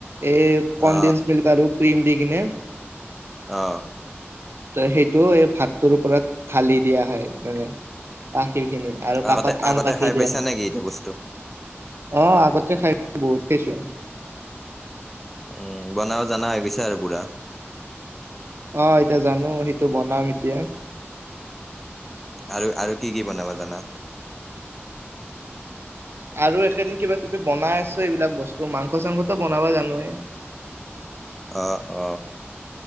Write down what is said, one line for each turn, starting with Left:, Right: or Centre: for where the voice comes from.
Right: এই কনডিন্স
Centre: অ
Right: মিল্ক আৰু ক্ৰিম দি কিনে। ত
Centre: অ
Right: সেইটো এই ভাতটোৰ ওপৰত ঢালি দিয়া হয়, মানে গাখীৰ খিনি আৰু
Centre: আগতে
Right: কাষত
Centre: আগতে
Right: আম কাটি
Centre: খাই পাইছা
Right: দিয়া হয়।
Centre: নেকি এইটো বস্তু?
Right: অহ আগতে খাইছো বহুত খাইছো আমি।
Centre: উম, বনাব জানা হৈ গৈছা আৰু পোৰা।
Right: অ'হ, এতিয়া জানো সেইটো বনাম এতিয়া।
Centre: আৰু আৰু কি কি বনাব জানা?
Right: আৰু এইকেদিন কিবা-কিবি বনাই আছো এইবিলাক বস্তু মাংস-চাংসটো বনাবা জানোয়েই।
Centre: অ অ